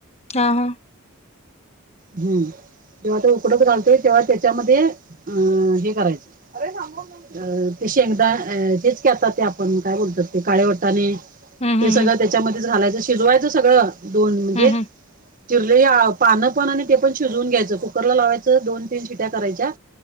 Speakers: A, on the left (about 30°); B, on the right (about 40°).
A: हा हा
B: हम्म जेव्हा त उकडत घालतोय तेव्हा त्याच्यामध्ये हे घालायचं अ ते शेंगदा आ तेच की आता ते आपण काय बोलतात ते काळे वटाणे
A: हम्म
B: हे सगळं त्याच्यामध्येच घालायचं शिजवायचं सगळं दोन म्हणजे
A: हम्म हम्म
B: चिरलेले पानं पण आणि ते पण शिजवून घ्यायचं कुकरला लावायचं दोन तीन शिट्या करायच्या.